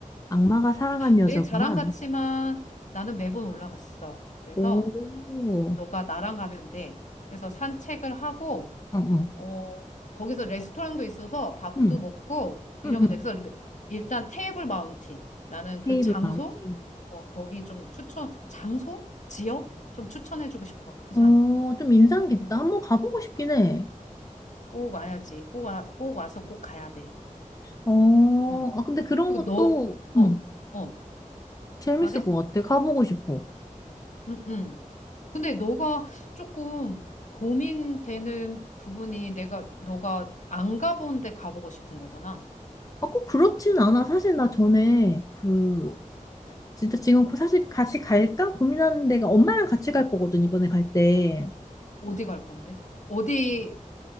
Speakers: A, on the left; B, on the left.
A: 악마가 사랑한 여자구만.
B: 내 자랑 같지만 나는 매번 올라갔어. 그래서
A: 오,
B: 너가 나랑 가면 돼. 그래서 산책을 하고,
A: 어, 어.
B: 어, 거기서 레스토랑도 있어서 밥도
A: 응,
B: 먹고 이러면
A: 응, 응.
B: 돼. 그래서 레- 일단 테이블 마운틴. 나는
A: 테이블
B: 그 장소,
A: 마운틴.
B: 어, 거기 좀 추천, 장소? 지역? 좀 추천해주고 싶어. 그
A: 어,
B: 산.
A: 좀 인상 깊다.
B: 음.
A: 한번 가보고 싶긴 해.
B: 꼭 와야지. 꼭 와, 꼭 와서 꼭 가야 돼.
A: 어,
B: 음.
A: 아, 근데 그런
B: 그리고
A: 것도,
B: 너,
A: 응,
B: 어. 어.
A: 재밌을
B: 말해?
A: 것 같아. 가보고 싶어.
B: 응, 응. 근데 너가 조금 고민되는 부분이 내가, 너가 안 가본 데 가보고 싶은 거잖아.
A: 아, 꼭 그렇진 않아. 사실 나 전에 그
B: 어.
A: 진짜 지금 고- 사실 같이 갈까 고민하는 데가 엄마랑 같이 갈 거거든, 이번에 갈 때.
B: 어디 갈 건데? 어디